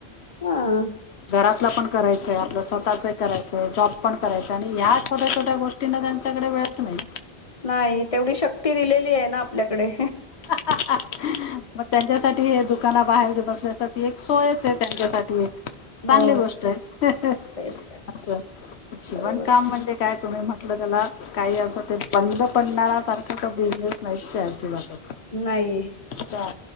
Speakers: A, on the left; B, on the left.
A: हा.
B: घरातलं पण करायचंय आपलं स्वतःच करायचंय जॉब पण करायचं आणि ह्याच छोट्या छोट्या गोष्टीं त्यांच्याकडे वेळच नाही.
A: नाही तेवढी शक्ती दिलेली आहे ना आपल्याकडे
B: ह ह मग त्यांच्यासाठी दुकाना बाहेर जे बसले असतात ती एक सोयच आहे त्यांच्यासाठी एक
A: हो
B: चांगली गोष्ट आहे
A: तेच
B: अस शिवण
A: बरोबर
B: काम
A: आहे.
B: म्हणजे काय तुम्ही म्हटलं त्याला काही असं ते बंद पडणार सारखा का बिझनेस नाहीच अजिबात
A: नाही
B: त्या